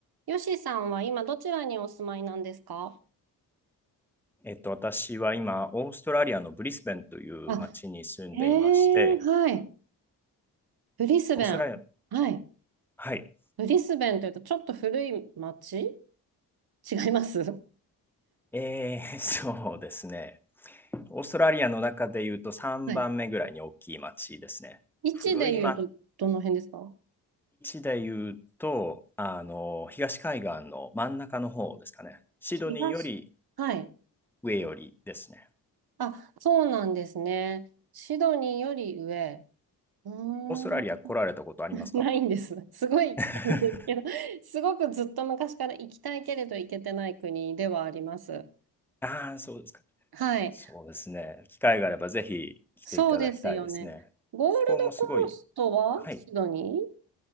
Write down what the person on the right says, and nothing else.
よしさんは今どちらにお住まいなんですか
あ、ええはい。ブリスベン。
はい。
ブリスベンというとちょっと古い町違います
はい。位置で言うとどの辺ですか
東。はい。
あ、そうなんですね。シドニーより上。うーん。
<laughs> ないんです。すごい行きたいんですけど、
すごくずっと昔から行きたいけれど行けてない国ではあります。
はい。
そうですよね。ゴールドコーストはシドニー